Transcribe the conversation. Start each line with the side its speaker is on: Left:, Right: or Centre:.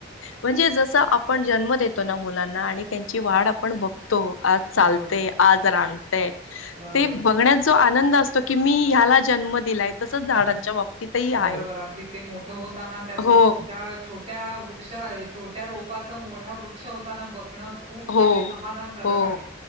Left: म्हणजे जस आपण जन्म देतो ना मुलांना आणि त्यांची वाढ आपण बघ तो आज चालते
Right: बरोबर,
Left: आज रांगते
Right: बरोबर.
Left: ते बघण्याच. आनंद असतो की मी ह्याला जन्म दिलाय. तसच झाडांच्या बाबतीतही आहे.
Right: बरोबर अगदी ते मोठं होताना त्याच
Left: हो
Right: त्या. छोट्या वृक्ष छोट्या रोपाच मोठा वृक्ष होताना बघणं. खूप म्हणजे
Left: हो
Right: समाधानकारक
Left: हो
Right: आहे